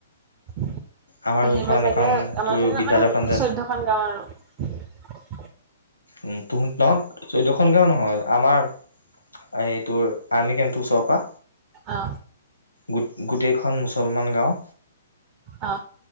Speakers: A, on the right; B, on the left.
A: সেইখিনিপা
B: আমাৰ যোনখন
A: চাগে
B: এইখন
A: আমাৰ
B: তোৰ বিদ্যালয়খন
A: মানে
B: যে
A: চৈধ্যয়খন গাও আৰু।
B: উ তুহুন তক। চৈধ্যখন গাও নহয় আমাৰ এইটো আৰ্মি কেম্পটোৰ ওচৰ পা।
A: অ
B: গো গোটেইখন মুছলমান গাঁও।
A: অ